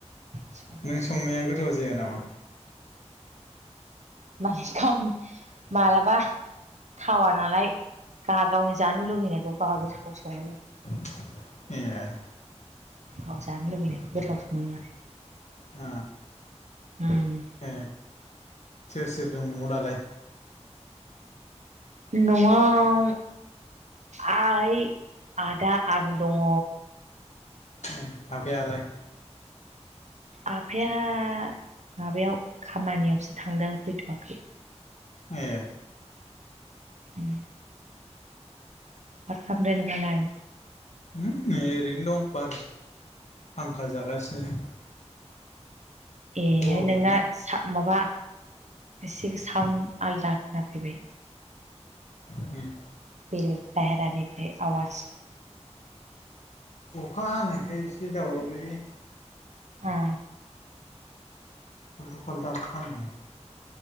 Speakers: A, on the right (about 75°); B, on the left (about 75°).
A: संगासिनो
B: नों संनाया गोथाव जाया नामा?
A: माने गावनि मालाबा थावा नालाय गाहा गावनि जानो लुुगैनायखौ गावहा गोथाव सङोनो।
B: ए
A: औ जानो लुुबैनाय गोथाव सोमो आरो
B: आ
A: हम
B: ए सोर सोर दं नआव दालाय
A: न'आव आइ आदा आं दङ
B: ए आफायालाय
A: आफाया माबायाव खामानियावसो थांदों फैथ'वाखै
B: ए
A: उम माथ खालामदो नोंङालाय
B: ओरैनो दं बार फांखा जागासिनो
A: ए
B: गरम
A: नोंना
B: ना
A: माबा एसे साउन्ड आलदा खोनाफैबाय
B: उम
A: बेलेग बायहेरानिफ्राय आवाज
B: अखा हानायखाय एसे दावरावलै
A: ए
B: <unintelligible>